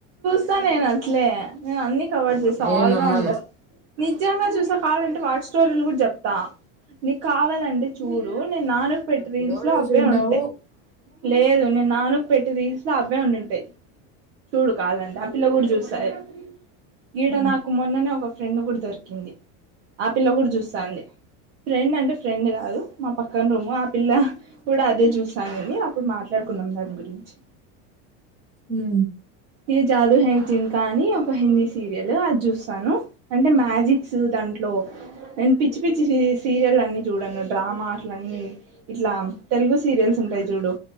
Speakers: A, on the right; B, on the right.
A: స్తా నేనట్లే. నేను అన్ని కవర్ చేస్తా
B: నేను
A: ఆల్రౌండర్.
B: నమ్మను
A: నిజంగా చూస్ కావాలంటే వాట్ స్టోరీలు కూడా చెప్తా, నీకు కావాలంటే చూడూ. నేను నానుగు పెట్టి
B: ఎప్పుడో
A: రీల్స్ లో
B: చూసింటావు
A: అవ్వే ఉంటాయి. లేదు నేను నానుగ్ పెట్టి రీల్స్ లా అవ్వే ఉండి ఉంటాయి. చూడు కాలంటే ఆ పిల్ల గూడ చూస్తది. గీడ
B: ఉమ్
A: నాకు మొన్ననే ఒక ఫ్రెండ్ కూడా దొరికింది ఆపిల్లో కూడా చుస్తావుంది ఫ్రెండ్ అంటే ఫ్రెండ్ కాదు మా పక్కన రోము ఆ పిల్ల కూడా అదే చూస తనింది అప్పుడు మాట్లాడుకున్నాం దాని గురించి
B: ఉమ్
A: ఈ జాదు హె జిన్కా అని ఒక హిందీ సీరియల్ అది చూస్తాను అంటే మ్యాజిక్స్ దాంట్లో నేను పిచ్చి పిచ్చి సీరియల్ అన్ని చూడను డ్రామా అట్లన్ని ఇట్లా తెలుగు సీరియల్స్ ఉంటాయి చూడు